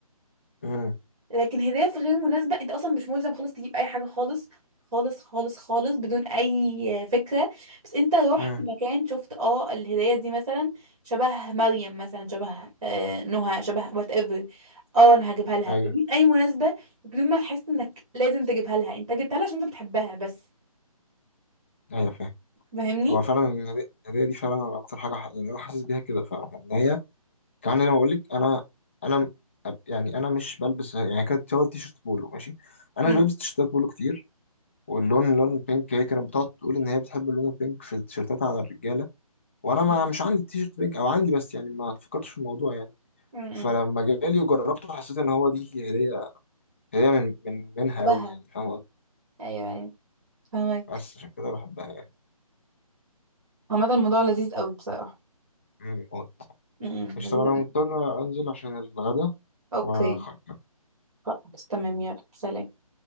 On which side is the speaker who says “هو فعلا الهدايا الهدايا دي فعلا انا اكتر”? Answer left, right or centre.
Left